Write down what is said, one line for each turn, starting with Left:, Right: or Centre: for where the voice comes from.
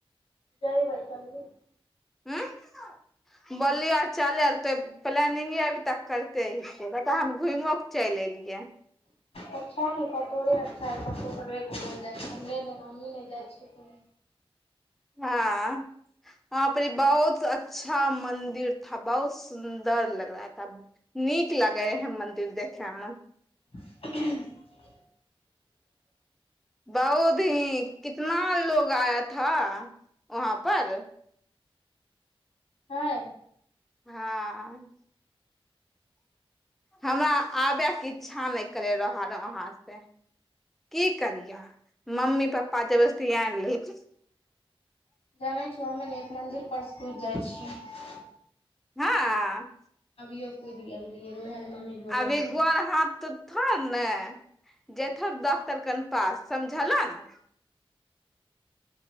Left: जाइ भइ चल <inaudible>
Centre: हूँ बोललियौ आ चलैला त प्लानिंगे अभी तक करते हऽ ताबे हम घुइमो क चलि एलियऐ
Left: अच्छा ने कतोरे अच्छा हइ कतहु सगरे घूमय लए जाइ छ हमरे नहि हमहीँ नहि जाइ छियै कहीं
Centre: <inaudible> हँ वहाँ पर ई बहुत अच्छा मंदिर था बहुत सुन्दर लग रहा था <inaudible> नीक लागे रहै मंदिर देखे मे
Left: <inaudible>
Centre: <inaudible> बहुत ही कितना लोग आया था वहाँ पर <inaudible>
Left: हय
Centre: हँ हमरा आबयके इच्छा नहि करि रहल वहाँ से की करियै मम्मी पपा जबरदस्ती आइन लेल को
Left: जानै छयौ हमे ने एक मंजिल पर कुदि जाइ छियै
Centre: हँ अ
Left: अभीयौ कुद गेल रियै ओहा ला मम्मी बोले
Centre: अभी
Left: रहै
Centre: गोर हाथ टूटतऽथो ने जेथह डॉक्टर कन पास समझल ने